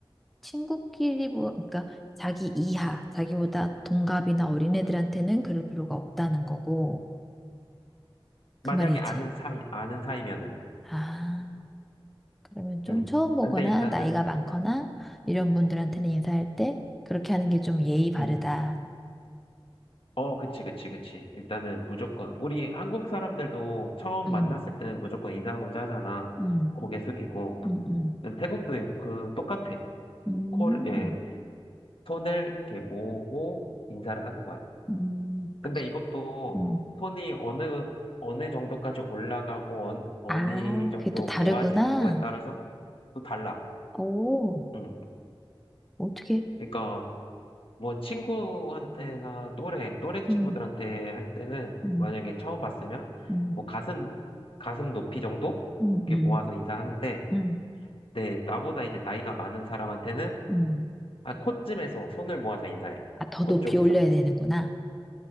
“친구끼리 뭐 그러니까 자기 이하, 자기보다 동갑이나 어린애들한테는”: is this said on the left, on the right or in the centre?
Centre